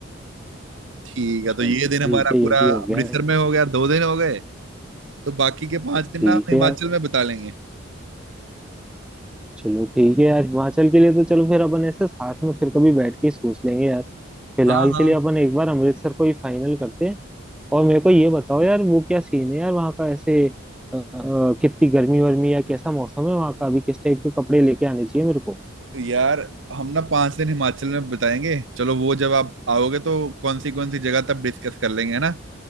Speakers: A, on the right; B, in the centre.
A: ठीक है
B: चलो
A: तो ये दिन
B: ठीक
A: हमारा
B: है
A: पूरा
B: ये भी हो
A: अमृतसर
B: गया है
A: में हो गया दो दिन हो गए तो बाकी के पांच दिन
B: ठीक
A: ना हम हिमाचल
B: है यार
A: में बिता लेंगे
B: चलो ठीक है यार हिमाचल के लिए तो चलो फिर अपन ऐसे साथ में फिर कभी बैठ के ही सोच लेंगे यार फिलहाल
A: हाँ
B: के
A: हाँ
B: लिए अपन एक बार अमृतसर को ही फाइनल करते हैं और मेरे को ये बताओ यार वो क्या सीन है यार वहाँ का ऐसे अ, अ, कितनी गर्मी वर्मी या कैसा मौसम है वहाँ का अभी किस टाइप के कपड़े लेके आने चाहिए मेरे को
A: तो यार हम ना पांच दिन हिमाचल में बिताएंगे चलो वो जब आप आओगे तो कौन सी कौन सी जगह तब डिस्कस कर लेंगे है ना